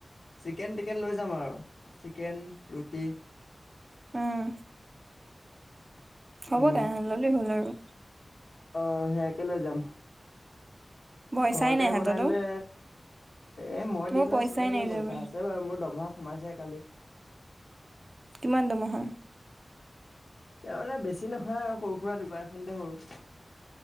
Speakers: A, on the left; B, on the right.
A: চিকেন টিকেন লৈ যাম আৰু? চিকেন ৰুটি
B: উম। হ'ব
A: উম।
B: তেনেহ'লে ল'লেই হ'ল আৰু
A: অ' সেইয়াকে লৈ যাম,
B: পইচাই
A: ঘৰতে
B: নাই হাততো
A: বনাই নিলে এ মই
B: মোৰ
A: দিম নহয়
B: পইচাই
A: চিন্তা কিয়
B: নাই
A: কৰিছা?
B: যাব
A: আছে বাৰু মোৰ দৰমহা সোমাইছেহ কালি।
B: কিমান দৰমহা?
A: ইয়াৰ মানে বেছি নহয় আৰু সৰু সুৰা দোকান এখনতে কৰোঁ।